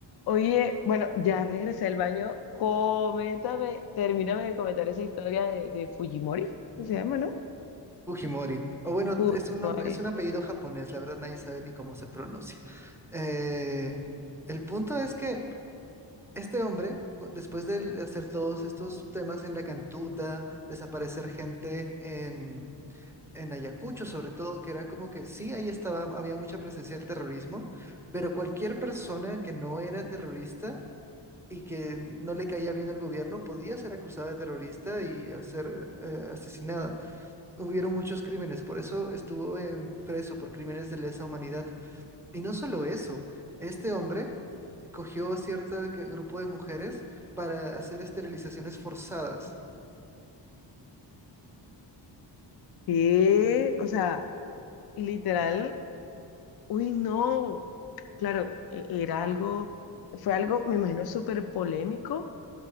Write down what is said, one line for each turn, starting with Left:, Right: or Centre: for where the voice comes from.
Left: Oye, bueno, ya regresé del baño. Coméntame, termíname de comentar esa historia de, de Fujimori, ¿qué se llama, no?
Centre: Fujimori. O bueno,
Left: Fujimori.
Centre: es un, nom- es un apellido japonés, la verdad nadie sabe ni cómo se pronuncia. Eh, el punto es que este hombre, cu- después de hacer todos estos temas en la cantuta, desaparecer gente en, en Ayacucho, sobre todo, que era como que sí, ahí estaba, había mucha presencia del terrorismo, pero cualquier persona que no era terrorista y que no le caía bien al gobierno podía ser acusada de terrorista y hacer asesinada hubieron muchos crímenes, por eso estuvo eh, preso por crímenes de lesa humanidad. Y no solo eso, este hombre cogió cierto que- grupo de mujeres para hacer esterilizaciones forzadas.
Left: Sí, o sea, literal, uy, no. Claro, e- era algo, fue algo, me imagino, súper polémico,